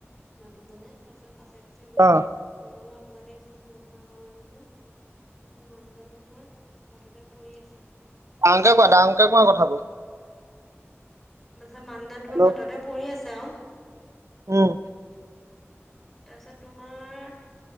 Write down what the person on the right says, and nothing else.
অ
ডাঙৰকে কোৱা দাংকে কোৱা কথাবোৰ।
হেল্ল'
উম।